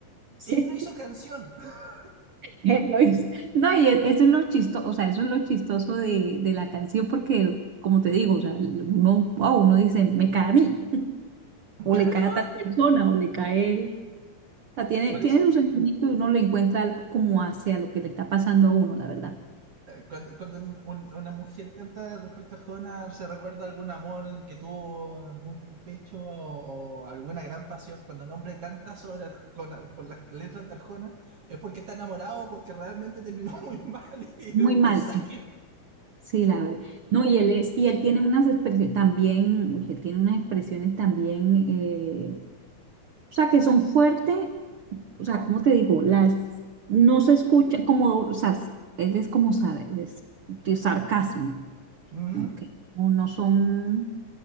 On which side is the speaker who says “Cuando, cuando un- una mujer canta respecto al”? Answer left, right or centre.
Right